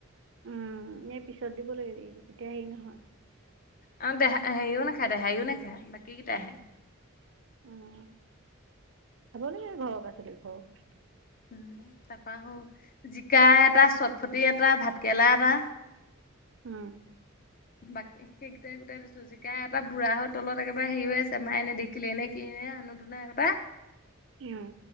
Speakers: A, on the right; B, on the left.
A: উম এ পিছত দিব লাগে তেতিয়া হেৰি নহয়।
B: অ দেহা হেৰিও নাখায় দেহাইও নাখায় বাকী কেইটা হে।
A: অহ খাব লাগে ঘৰৰ পাছলি ঘৰৰ বস্তু।
B: উম তাপা অহ জিকা এটা চটফটি এটা ভাতকেৰেলা এটা
A: উম।
B: বাকি সেই গোটাই গোটাই দিছোঁ। জিকা এটা বুঢ়া হৈ তলত একেবাৰে হেৰি হৈ আছে মায় নেদেখিলে নেই কিয়ে অনুটোনে নে আগতে <unintelligible>
A: উম।